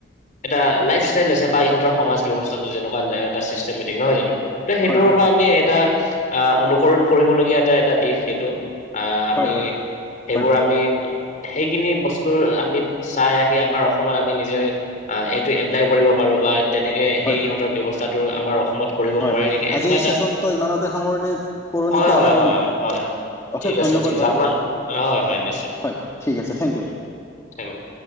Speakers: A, on the left; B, on the left.
A: এটা লাইফ ষ্টাইল আছে বা ইহঁতৰ সমাজ ব্যৱস্থাটো যেনেকুৱা এটা চিষ্টেমেটিক নহয় জানো? ত' সেইটোৰ
B: হয়, হয়,
A: পৰা আমি এটা আহ অনুকৰণ কৰিবলগীয়া এটা এটা দিশ সেইটো। আহ আমি
B: হয়, হয়,
A: সেইবোৰ
B: হয়,
A: আমি সেইখিনি বস্তু আমি চাই আহি আমাৰ অসমত আমি নিজে এইটো এপ্লাই কৰিব পাৰো বা তেনেকে সেই
B: হয়,
A: ইহঁতৰ ব্যৱস্থাটো আমাৰ অসমত কৰিব
B: হয়,
A: নোৱাৰি নেকি এনেকুৱা
B: আজিৰ
A: এটা।
B: চেচনটো ইমানতে সামৰণি কৰোঁ
A: হয়
B: নেকি
A: হয়
B: আকৌ
A: হয়।
B: অশেষ
A: ঠিক
B: ধন্যবাদ
A: আছে ঠিক আছে
B: বাৰু
A: আপোনাৰ, হয় হয় নিশ্চয়।
B: হয় ঠিক আছে থেংক ইউ।
A: Thank U.